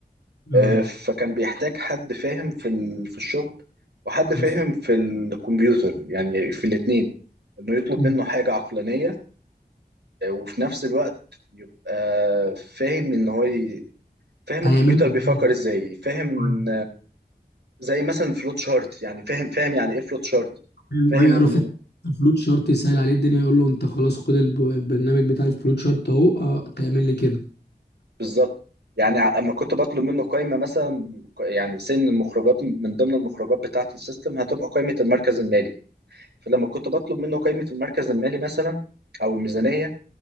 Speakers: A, on the left; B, on the right.
A: اه
B: آه، فكان بيحتاج حد فاهم في ال- في الشغل وحد
A: حصل
B: فاهم في الكمبيوتر يعني في الاثنين انه يطلب
A: مم.
B: منه حاجه عقلانيه وفي نفس الوقت يبقى فاهم ان هو ي... فاهم
A: هيعملها
B: الكمبيوتر بيفكر
A: ازاي
B: ازاي فاهم
A: حلو
B: زي مثلا فلوت شارت يعني فاهم فاهم يعني ايه فلوت شارت
A: حلو.
B: فاهم
A: اه يعرف
B: ان
A: الفلوت شارت يسهل عليه الدنيا يقول له انت خلاص خد الب... البرنامج بتاع الفلوت شارت اهو اه تعمل لي كده
B: بالظبط يعني ع- اما كنت بطلب منه قائمه مثلا ق- يعني سن المخرجات من ضمن المخرجات بتاعه السيستم هتبقى قائمه المركز المالي فلما كنت بطلب منه قائمه المركز المالي مثلا او الميزانيه